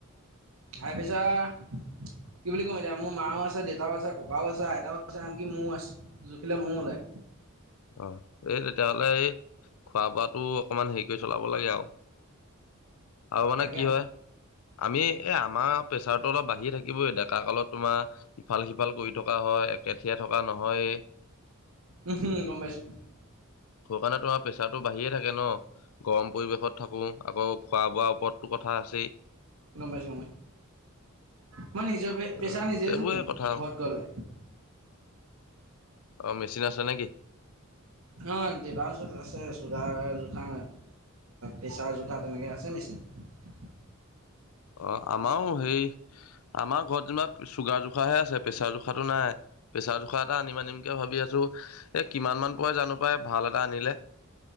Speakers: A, on the right; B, on the left.
A: High pressure কি বুলি ক'ম এতিয়া মোৰ মাও আছে দেউতাও আছে ককাও আছে আইতাও আছে আনকি ময়ও আছে জুখিলে ময়ও ওলায়
B: <inaudible> অ এই তেতিয়াহলে এই খোৱা বোৱাটো অকমান হেৰিকে চলাব লাগে আৰু। আৰু মানে
A: তাকে
B: কি হয় আমি এ আমাৰ প্ৰেচাৰতটো অলপ বাঢ়ি থাকিবই ডেকা কালত তোমাৰ ইফাল সিফাল কৰি থকা হয় একেঠিয়া থকা নহয়
A: উম হম গম পাইছো
B: মানে তোমাৰ প্ৰেছাৰটো বাঢ়িয়ে থাকে ন গৰম পৰিৱেশত থাকো আকৌ খোৱা বোৱাৰ ওপৰতো কথা আছেই।
A: গমপাইছো। মই নিজে
B: উম
A: পেচা নিজে
B: সেইবোৰে
A: জোখো
B: কথা আৰু
A: ঘৰত গলে।
B: অ মেচিন আছে নেকি
A: অ দেউতাৰ ওচৰত আছে চুগাৰ জোখা পেচাৰ জোখা তেনেকে আছে মেচিনা <unintelligible>
B: <inaudible> অ আমাৰো সেই আমাৰ ঘৰত যেনিবা চুগাৰ জোখাহে আছে প্ৰেছাৰ জোখাটো নাই। প্ৰেছাৰ জোখাৰ এটা আনিম আনিমকে ভাবি আছো এ কিমান মান পৰে জানো পাই ভাল এটা আনিলে <inaudible>